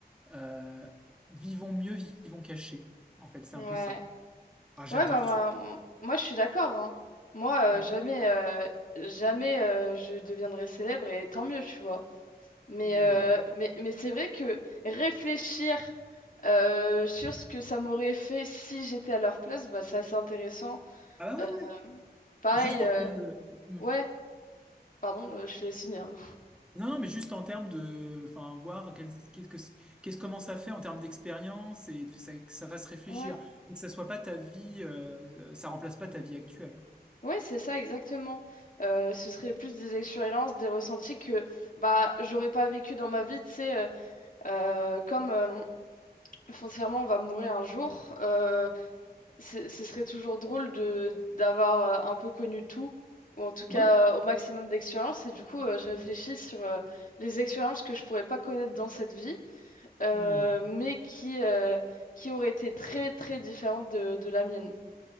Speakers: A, in the centre; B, on the left.
A: euh, vivons mieux, vivons cachés. En fait, c'est
B: Ouais,
A: un peu ça. Ah, j'adore,
B: ouais bah, moi,
A: tu
B: m- moi je suis d'accord. hein. Moi, euh,
A: vois. Mm.
B: jamais, euh, jamais euh, je deviendrai célèbre et tant mieux, tu vois. Mais,
A: Mm.
B: euh, mais, mais c'est vrai que réfléchir euh, sur ce que ça m'aurait fait si j'étais à leur place, bah, c'est assez intéressant.
A: Ah bah
B: Euh,
A: ouais, ouais.
B: pareil,
A: Juste
B: euh,
A: en termes de. mm.
B: ouais, pardon, euh, je te laisse finir.
A: Non, mais juste en termes de, enfin, voir quel- qu'est-ce que, qu'est-ce comment ça fait en termes d'expérience et que ça, que ça fasse réfléchir,
B: Ouais,
A: mais que ça soit pas ta vie, euh, ça remplace pas ta vie actuelle.
B: ouais, c'est ça exactement. Euh, ce serait plus des expériences, des ressentis que bah j'aurais pas vécu dans ma vie, tu sais, euh, euh, comme euh, foncièrement on va mourir un jour. Euh, ce ce serait toujours drôle de d'avoir euh, un peu connu tout, ou en tout cas
A: Oui.
B: euh, au maximum d'expériences. Et du coup, euh, je réfléchis sur euh, les expériences que je pourrais pas connaître dans cette vie, euh,
A: Hmm.
B: mais qui, euh, qui auraient été très très différentes de, de la mienne.